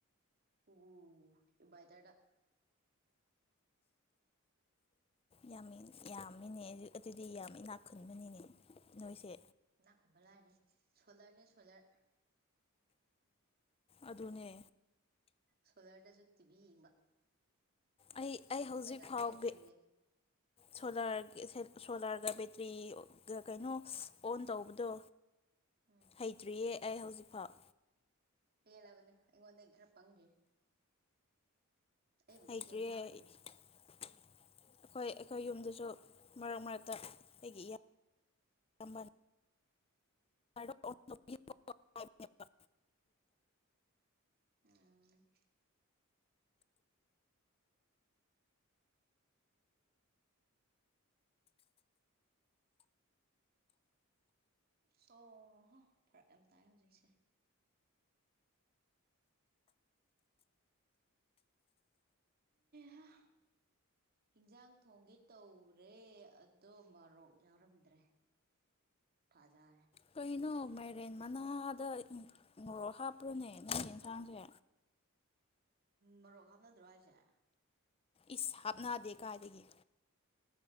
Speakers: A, on the right; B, on the left.
A: ꯑꫭ ꯥꯏꯝꯕꯥꯏꯇꯥꯗꯥ
B: ꯌꯥꯝꯃꯤ ꯌꯥꯝꯃꯤꯅꯦ ꯑꯗꯨꯗꯤ ꯌꯥꯝ ꯏꯅꯥꯛ ꯈꯨꯟꯕꯅꯤꯅꯦ ꯅꯣꯏꯁꯦ
A: ꯅꯥꯀꯨꯝꯕ ꯂꯥꯏꯔꯅꯤ ꯁꯣꯂꯔꯅꯦ ꯁꯣꯂꯔ
B: ꯑꯗꯨꯅꯦ
A: ꯁꯣꯂꯔ ꯗꯁꯨꯇꯤꯕꯤ ꯌ‌ꯦꯡꯕ
B: ꯑꯩ ꯑꯩ ꯍꯧꯖꯤꯛ
A: ꯂꯥꯛꯇꯦ
B: ꯐꯥꯎꯒꯤ
A: ꯑꯗꯨꯅꯅꯦ
B: ꯁꯣꯂꯥꯔ ꯁꯣꯂꯥꯔꯒ ꯕꯦꯇ꯭ꯔꯤꯒ ꯀꯩꯅꯣ ꯑꯣꯟ ꯇꯧꯕꯗꯣ
A: ꯎꯝ
B: ꯍꯩꯇ꯭ꯔꯤꯌꯦ ꯑꯩ ꯍꯧꯖꯤꯛꯐꯥꯎ
A: ꯄꯦꯜꯂꯕꯅꯦ ꯑꯩꯉꯣꯟꯗ ꯈꯔ ꯄꯪꯈꯤ ꯑꯩꯕꯨꯗꯤ
B: ꯍꯩꯇ꯭꯭ꯔꯤꯑꯩ
A: ꯐꯦꯟ ꯊꯥꯕ
B: ꯑꯩꯈꯣꯏ
A: ꯍꯩꯔꯦ
B: ꯑꯩꯈꯣꯏ ꯌꯨꯝꯗꯁꯨ ꯃꯔꯛ ꯃꯔꯛꯇ ꯑꯩꯒꯤ ꯏ ꯑꯃ <inaudible> ꯍꯥꯏꯕꯅꯦꯕ
A: ꯎꯝ ꯁꯣꯍꯣ ꯐꯔꯛ ꯌꯥꯝ ꯇꯥꯏ ꯍꯧꯖꯤꯛꯁꯦ ꯍ ꯍꯤꯟꯖꯥꯡ ꯊꯣꯡꯒꯤ ꯇꯧꯔꯦ ꯑꯗꯣ ꯃꯣꯔꯣꯛ ꯌꯥꯎꯔꯝꯗ꯭ꯔꯦ ꯐꯖꯔꯦ
B: ꯀꯩꯅꯣ ꯃꯥꯏꯔꯦꯟ ꯃꯅꯥꯗ ꯃꯣꯔꯣꯛ ꯍꯥꯞꯄ꯭ꯔꯨꯅꯦ ꯅꯪꯒꯤ ꯌꯦꯟꯁꯥꯡꯁꯦ
A: ꯍꯣꯏ ꯃꯔꯣꯛ ꯍꯥꯞꯅꯗ꯭ꯔꯣ ꯍꯥꯏꯁꯦ
B: ꯏꯁ ꯍꯥꯞꯅꯗꯦ ꯀꯥꯏꯗꯒꯤ